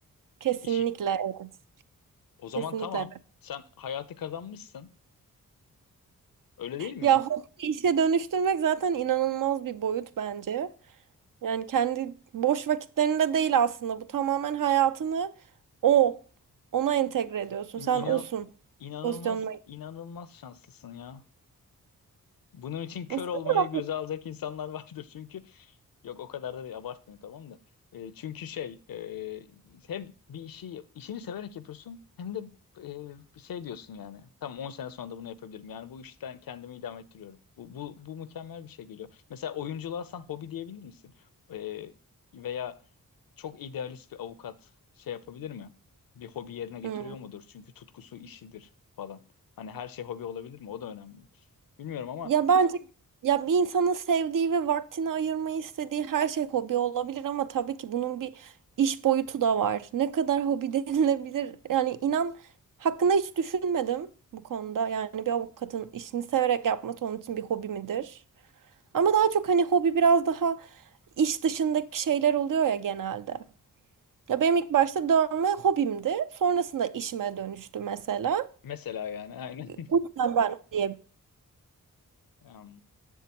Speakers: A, on the right; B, on the left.
A: Kesinlikle,
B: İşi,
A: evet,
B: o zaman
A: kesinlikle.
B: tamam. Sen hayatı kazanmışsın. Öyle değil mi?
A: Ya hobi işe dönüştürmek zaten inanılmaz bir boyut bence. Yani kendi boş vakitlerinde değil aslında. Bu tamamen hayatını o, ona entegre ediyorsun.
B: İnan,
A: Sen osun
B: inanılmaz
A: pozisyonuna
B: inanılmaz şanslısın ya. Bunun için kör
A: Mesela-
B: olmaya göze alacak insanlar vardır <laughs> çünkü yok o kadar da değil abartmıyor tamam da E, çünkü şey e, hem bir işi işini severek yapıyorsun hem de e, şey diyorsun yani tamam 10 sene sonra da bunu yapabilirim yani bu işten kendimi idame ettiriyorum bu, bu, bu mükemmel bir şey geliyor mesela oyunculuğa sen hobi diyebilir misin E, veya çok idealist bir avukat şey yapabilir mi bir hobi yerine getiriyor
A: Hmm.
B: mudur çünkü tutkusu işidir falan hani her şey hobi olabilir mi o da önemli bilmiyorum ama
A: Ya bence ya bir insanın sevdiği ve vaktini ayırmayı istediği her şey hobi olabilir ama tabii ki bunun bir iş boyutu da var. Ne kadar hobi <laughs> denilebilir? Yani inan hakkında hiç düşünmedim bu konuda. Yani bir avukatın işini severek yapması onun için bir hobi midir? Ama daha çok hani hobi biraz daha iş dışındaki şeyler oluyor ya genelde. Ya benim ilk başta dövme hobimdi. Sonrasında işime dönüştü mesela.
B: Mesela yani aynen.
A: O yüzden ben diye
B: <laughs> Em,